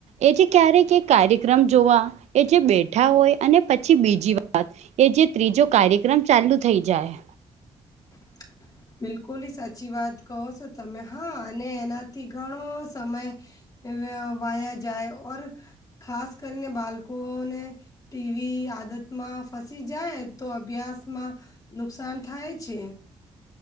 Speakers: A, on the right (about 70°); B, on the left (about 30°).
A: એ જે ક્યારેક કાર્યક્રમ જોવા એ જે બેઠા હોય અને પછી બીજી વાત એ જે ત્રીજો કાર્યક્રમ ચાલુ થઇ જાય
B: <inaudible> બિલકુલ સાચી વાત કહો છો તમે હા અને એનાથી ઘણો સમય વાયા જાય ખાસ કરીને બાળકોને ટીવી આદતમાં ફસી જાય તો અભ્યાસમાં નુકસાન થાય જ છે